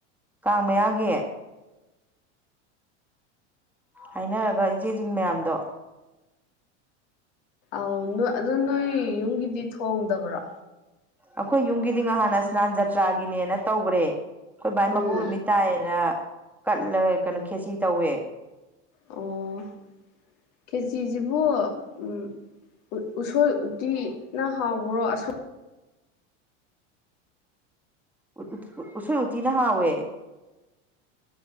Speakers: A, in the centre; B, on the left.
A: ꯀꯥꯡ ꯃꯌꯥꯒꯤ ꯍꯥꯏꯅꯔꯒ ꯏꯆꯦꯖꯤꯡ ꯃꯌꯥꯝꯗꯣ
B: ꯑꯥꯎ ꯅꯣꯏ ꯑꯗꯨꯣ ꯅꯣꯏ ꯌꯨꯝꯒꯤꯗꯤ ꯊꯣꯡꯗꯕ꯭ꯔꯣ
A: ꯑꯩꯈꯣꯏ ꯌꯨꯝꯒꯤꯗꯤ ꯉꯍꯥꯟꯅ ꯁ꯭ꯅꯥꯟ ꯖꯇ꯭ꯔꯥꯒꯤꯅꯦꯅ ꯇꯧꯒ꯭ꯔꯦ ꯑꯩꯈꯣꯏ ꯕꯥꯏ
B: ꯎꯝ
A: ꯃꯄꯣꯛ ꯅꯨꯃꯤꯠ ꯇꯥꯏꯌꯦꯅ ꯀꯠꯂꯒ ꯀꯩꯅꯣ ꯈꯦꯁꯤ ꯇꯧꯋꯦ
B: ꯑꯣꯑꯣ ꯈꯦꯆꯤꯖꯤꯕꯨ ꯎꯝ ꯎ ꯎꯁꯣꯏ ꯎꯇꯤꯅ ꯍꯥꯎꯕ꯭ꯔꯣ ꯑꯁꯪ
A: ꯎꯠꯎꯠ ꯎꯁꯣꯏ ꯎꯇꯤꯅ ꯍꯥꯥꯎꯋꯦ